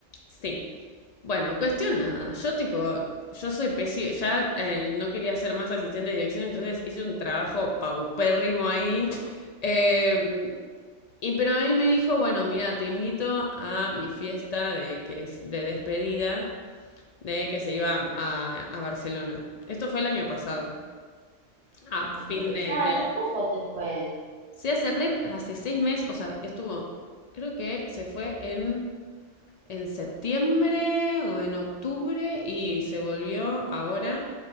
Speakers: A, on the left (about 75°); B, on the right (about 55°).
A: sí. Bueno, cuestión nada. Yo tipo, yo soy pésimo, ya eh, no quería ser más asistente de dirección, entonces hice un trabajo paupérrimo ahí. Eh, y pero él me dijo, bueno, mira, te invito a mi fiesta de, que es de despedida de que se iba a, a Barcelona. Esto fue el año pasado, Ah,
B: Ok.
A: fin de,
B: Ah,
A: del
B: hace poco se fue.
A: Sí, hace, re- hace seis meses, o sea, estuvo, creo que se fue en, en septiembre o en octubre y se volvió ahora,